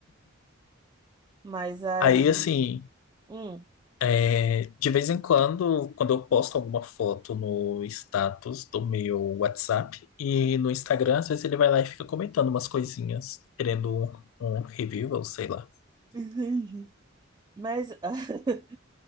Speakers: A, on the right; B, on the left.
A: Mas aí.
B: Aí, assim,
A: Hum.
B: é, de vez em quando, quando eu posto alguma foto no status do meu WhatsApp e no Instagram, às vezes ele vai lá e fica comentando umas coisinhas, querendo um, um review, ou sei lá.
A: Entendi. Mas, <laughs>